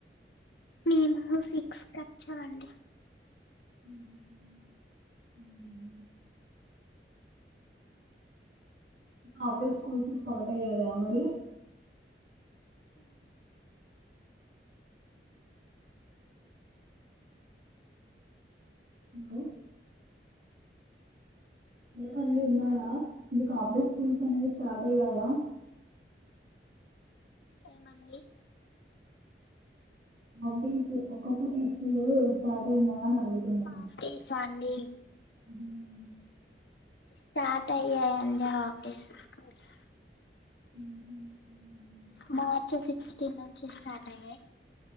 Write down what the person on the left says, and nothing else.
మేము సిక్స్ కచ్చమండి
ఆ
చెప్పండి
ఏమండి
హాఫ్ డేసా అండి
స్టార్ట్ అయ్యాయండి ఆఫ్ డే స్కూల్స్
మార్చ్ సిక్స్టీన్ నుంచి స్టార్ట్ అయ్యాయి